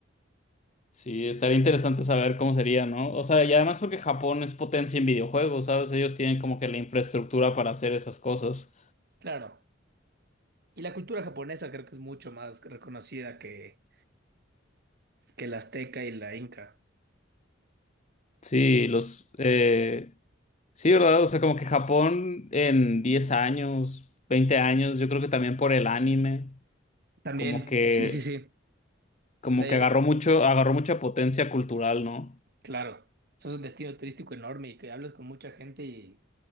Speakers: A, on the left (about 35°); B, on the right (about 55°).
A: Sí, estaría interesante saber cómo sería, ¿no? O sea, y además porque Japón es potencia en videojuegos, ¿sabes? Ellos tienen como que la infraestructura para hacer esas cosas.
B: Claro. Y la cultura japonesa creo que es mucho más reconocida que, que la azteca y la inca.
A: Sí, los... eh, Sí, ¿verdad? O sea, como que Japón en 10 años, 20 años, yo creo que también por el anime,
B: También,
A: como que,
B: sí, sí, sí.
A: como
B: O sea,
A: que agarró
B: yo-
A: mucho, agarró mucha potencia cultural, ¿no?
B: claro, eso es un destino turístico enorme y que hablas con mucha gente y,